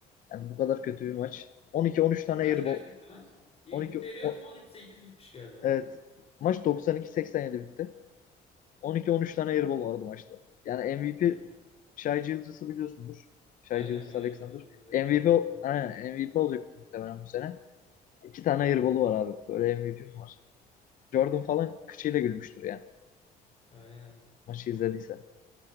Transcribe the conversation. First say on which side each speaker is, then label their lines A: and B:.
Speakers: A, on the left; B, on the left.
A: Yani bu kadar kötü bir maç. 12-13 tane
B: Kaç
A: airball.
B: kaç bitti maç? İlk
A: 12
B: periyot
A: o-
B: 13-8 bitmiş galiba.
A: evet. Maç 92-87 bitti. 12-13 tane airball vardı maçta. Yani MVP
B: Oo.
A: Shai Gilgeous'u biliyorsundur. Shai
B: Aynen
A: Gilgeous
B: biliyorum.
A: Alexander.
B: Julius Alexander'ı
A: MVP, ol-
B: biliyorum.
A: aynen, MVP olacak muhtemelen bu sene. İki tane airball'u var abi. Böyle MVP mi var? Jordan falan kıçıyla gülmüştür yani.
B: Aynen.
A: Maçı izlediyse.